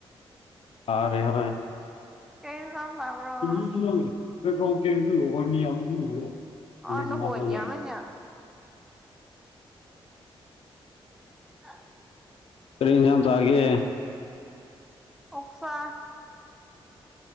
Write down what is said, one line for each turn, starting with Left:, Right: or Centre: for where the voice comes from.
Left: ꯑꯔꯦ ꯍꯣꯏ
Centre: ꯀꯩ ꯏꯟꯁꯥꯡ ꯆꯥꯕ꯭ꯔꯣ
Left: ꯏꯁꯨꯅꯤ ꯐꯦ ꯀꯦ ꯋꯥꯅꯤ
Centre: ꯑꯣ ꯅꯈꯣꯟ
Left: <unintelligible>
Centre: ꯌꯥꯝꯃꯦꯅꯦ ꯍꯥ
Left: ꯀꯔꯤ ꯏꯟꯁꯥꯡ ꯆꯥꯒꯦ
Centre: ꯑꯣꯛꯁꯥ